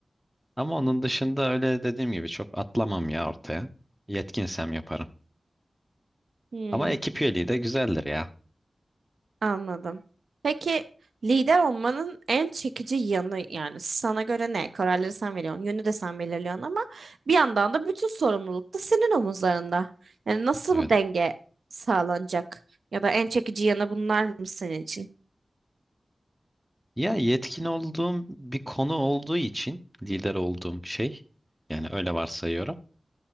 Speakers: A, in the centre; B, on the right.
A: Ama onun dışında öyle dediğim gibi çok atlamam ya ortaya. Yetkinsem yaparım.
B: Hmm,
A: Ama ekip üyeliği de güzeldir ya.
B: anladım. Peki lider olmanın en çekici yanı yani sana göre ne? Kararları sen veriyorsun, yönü de sen belirliyorsun ama bir yandan da bütün sorumluluk da senin omuzlarında. Yani nasıl
A: Evet.
B: bu denge sağlanacak? Ya da en çekici yanı bunlar mı senin için?
A: Ya yetkin olduğum bir konu olduğu için lider olduğum şey yani öyle varsayıyorum.